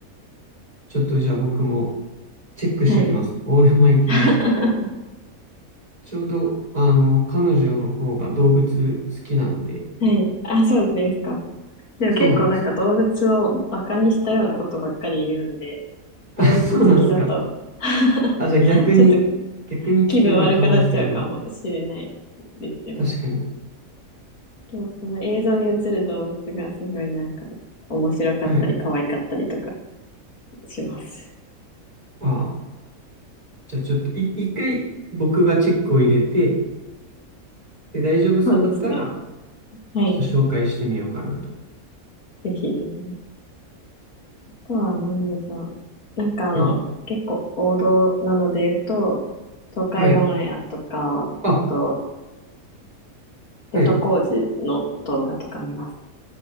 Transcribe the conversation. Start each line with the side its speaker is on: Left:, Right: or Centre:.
Right: ちょっとじゃあ僕もチェックしておきますね。
Left: はい。
Right: オールマイティラボ。
Left: <laughs>
Right: ちょうど、あの、彼女の方が動物好きなので、
Left: はい。あ、そうですか。でも結構なんか動物をバカにしたようなことばっかり言うんで、
Right: そうなんです。
Left: 動物好きだと
Right: あ、そうなんですか。
Left: <laughs>
Right: あ、じゃあ逆に、
Left: ちょっと
Right: 逆に危険な可能性も。
Left: 気分悪くなっちゃうかもしれないですけど。
Right: 確かに。
Left: でもその映像に映る動物がすごいなんか面白かったり可愛かったりとか
Right: はい。
Left: します。
Right: あ、じゃあちょっとい、一回僕がチェックを入れて、で、大丈夫そうだったら、
Left: そうですね。はい。
Right: ちょっと紹介してみようかなと。
Left: ぜひぜひ。あとは何でしょう。なんかあの、
Right: はい。
Left: 結構王道なので言うと、東海オンエアとか、
Right: はい。あ、
Left: あと、
Right: はい。
Left: 瀬戸康史の動画とか見ます。